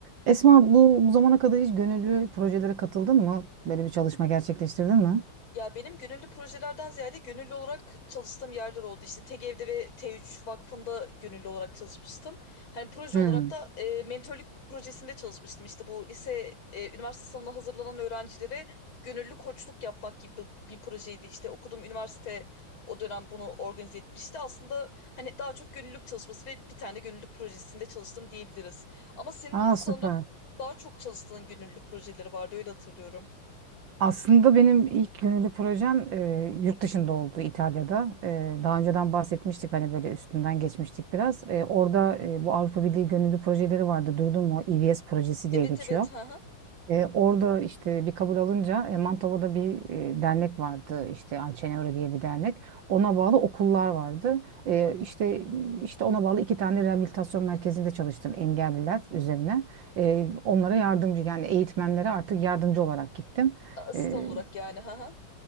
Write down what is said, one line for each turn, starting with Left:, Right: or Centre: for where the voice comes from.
Right: Esma bu, bu zamana kadar hiç gönüllü projelere katıldın mı? Böyle bir çalışma gerçekleştirdin mi?
Left: Ya benim gönüllü projelerden ziyade gönüllü olarak çalıştığım yerler oldu. İşte TGV'de ve T3 Vakfı'nda gönüllü olarak çalışmıştım. Hani proje
Right: Hmm.
Left: olarak da e, mentörlük projesinde çalışmıştım. İşte bu lise, e, üniversite sınavına hazırlanan öğrencilere gönüllü koçluk yapmak gibi bir projeydi. İşte okuduğum üniversite o dönem bunu organize etmişti. Aslında hani daha çok gönüllülük çalışması ve bir tane gönüllülük projesinde çalıştım diyebiliriz. Ama senin
Right: Aa
Left: sanırım
Right: süper.
Left: daha çok çalıştığın gönüllülük projeleri vardı öyle hatırlıyorum.
Right: Aslında benim ilk gönüllü projem e, yurt dışında oldu İtalya'da. E, daha önceden bahsetmiştik hani böyle üstünden geçmiştik biraz. E, orada e, bu Avrupa Birliği gönüllü projeleri vardı duydun mu? EVS projesi
Left: Evet
Right: diye geçiyor.
Left: evet. <laughs>
Right: E, orada işte bir kabul alınca e, Mantova'da bir e, dernek vardı işte Alcenevre diye bir dernek. Ona bağlı okullar vardı. E, işte işte ona bağlı iki tane rehabilitasyon merkezinde çalıştım engelliler üzerine. E, onlara yardımcı yani eğitmenlere artık yardımcı olarak gittim.
Left: Asistan
Right: E,
Left: olarak yani. Ha ha.